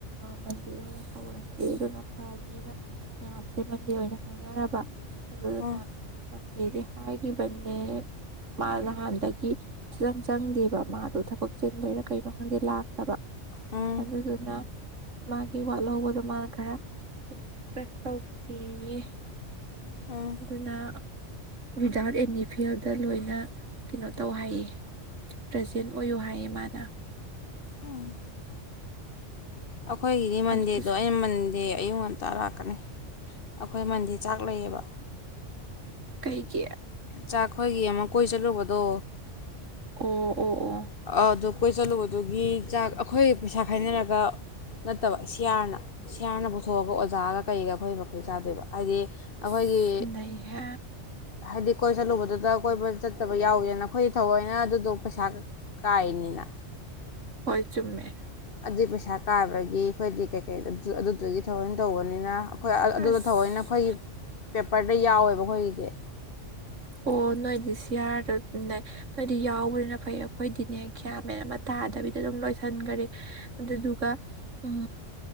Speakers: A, on the right; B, on the left.
A: ꯃꯟꯗꯦꯗ ꯑꯣꯏꯅ ꯊꯧꯔꯁꯦ ꯑꯗꯨꯅ ꯐꯅꯤꯅ ꯃꯌꯥꯝꯁꯦ ꯃꯟꯗꯦ ꯑꯣꯏꯅ ꯍꯥꯏꯅꯔꯕ ꯑꯗꯨꯗꯨꯅ
B: ꯎꯝ
A: <unintelligible> ꯍꯥꯏꯒꯤꯕꯅꯦ꯫ ꯃꯥ ꯅꯍꯥꯟꯗꯒꯤ <unintelligible> ꯆꯪꯗꯦꯕ ꯃꯥꯗꯣ ꯊꯕꯛ ꯆꯤꯟꯕꯩꯔꯥ ꯀꯩꯅꯣ ꯈꯪꯗꯦ ꯂꯥꯛꯇꯕ꯫
B: ꯎꯝ
A: ꯑꯗꯨꯗꯨꯅ ꯃꯥꯒꯤ ꯋꯥꯠꯍꯧꯕꯗꯣ ꯃꯥꯅ ꯈꯔ <unintelligible> ꯇꯧꯁꯤꯌꯦ
B: ꯎꯝ
A: ꯑꯗꯨꯅ ꯋꯤꯠꯗꯥꯎꯠ ꯑꯦꯅꯤ ꯐꯦꯜꯗ ꯂꯣꯏꯅ ꯀꯩꯅꯣ ꯇꯧ ꯍꯥꯏꯌꯦ ꯄ꯭ꯔꯖꯦꯟ ꯑꯣꯏꯌꯣ ꯍꯥꯏꯌꯦ ꯃꯥꯅ
B: ꯎꯝ ꯑꯩꯈꯣꯏꯒꯤꯗꯤ ꯃꯟꯗꯦꯗꯣ
A: ꯑꯗꯨꯗꯨꯁꯨ
B: ꯑꯩꯅ ꯃꯟꯗꯦ ꯑꯌꯨꯛ ꯉꯟꯇꯥ ꯂꯥꯛꯀꯅꯤ꯫ ꯑꯩꯈꯣꯏ ꯃꯟꯗꯤꯔ ꯆꯥꯛ ꯂꯩꯌꯦꯕ
A: ꯀꯩ ꯀ
B: ꯆꯥꯛꯈꯣꯏꯒꯤ ꯑꯃ ꯀꯣꯏ ꯆꯠꯂꯨꯕꯗꯣ
A: ꯑꯣ ꯑꯣ ꯑꯣ
B: ꯑꯗꯨ ꯀꯣꯏ ꯆꯠꯂꯨꯕꯗꯨꯒꯤ ꯆꯥꯛ ꯑꯩꯈꯣꯏ ꯄꯩꯁꯥ ꯈꯥꯏꯅꯔꯒ ꯅꯠꯇꯕ ꯁꯤꯌꯥꯔꯅ ꯁꯤꯌꯥꯔꯅ ꯄꯨꯊꯣꯛꯑꯒ ꯑꯣꯖꯥꯒ ꯀꯩꯒ ꯑꯩꯈꯣꯏ ꯃꯈꯩ ꯆꯥꯗꯣꯏꯕ ꯍꯥꯏꯗꯤ
A: ꯑꯁ
B: ꯑꯩꯈꯣꯏꯒꯤ
A: ꯅꯩꯍꯦ
B: ꯍꯥꯏꯗꯤ ꯀꯣꯏꯕ ꯆꯠꯂꯨꯕꯗꯨꯗ ꯀꯣꯏꯕ ꯆꯠꯇꯕ ꯌꯥꯎꯋꯦꯅꯈꯣꯏꯗꯤ ꯊꯧꯑꯣꯏꯅ ꯑꯗꯨꯗꯣ ꯄꯩꯁꯥ ꯀꯅꯤꯅ
A: ꯍꯣꯏ ꯆꯨꯝꯃꯦ
B: ꯑꯗꯨꯏ ꯄꯩꯁꯥ ꯀꯥꯕꯒꯤ ꯑꯩꯈꯣꯏꯗꯤ ꯀꯩꯀꯩ ꯑꯗꯨꯗꯨꯒꯤ ꯊꯑꯣꯏꯅ ꯇꯧꯕꯅꯤꯅ ꯑꯩꯈꯣꯏ
A: ꯑꯁ
B: ꯑꯗꯨꯗ ꯊꯑꯣꯏꯅ ꯑꯩꯈꯣꯏꯒꯤ ꯄꯦꯄꯔꯗ ꯌꯥꯎꯋꯦꯕ ꯑꯩꯈꯣꯏꯒꯤꯗꯤ
A: ꯑꯣ ꯅꯣꯏ ꯗꯤꯁꯤꯌꯥꯔ ꯅ ꯑꯗꯨꯗꯤ ꯌꯥꯎꯕꯅꯤꯅ ꯐꯩ ꯑꯩꯈꯣꯏꯗꯤꯅꯦ ꯒ꯭ꯌꯥꯟ ꯃꯦꯟ ꯑꯃ ꯇꯥꯗꯕꯤꯗ ꯑꯗꯨꯝ ꯂꯣꯏꯁꯤꯟꯈꯔꯦ ꯑꯗꯨ ꯑꯗꯨꯒ ꯎꯝ